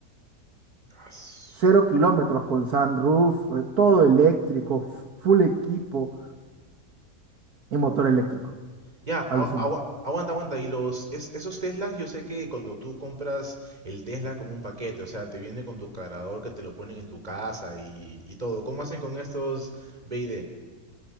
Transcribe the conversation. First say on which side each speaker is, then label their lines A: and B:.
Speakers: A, on the right; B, on the right.
A: as.
B: Cero kilómetros con sunroof, eh, todo eléctrico, f- full equipo y motor eléctrico.
A: Ya,
B: Alucina.
A: agu- agu- aguanta, aguanta. Y los, es- esos Teslas, yo sé que cuando tú compras el Tesla como un paquete, o sea, te viene con tu cargador que te lo ponen en tu casa y, y todo. ¿Cómo hacen con estos BID?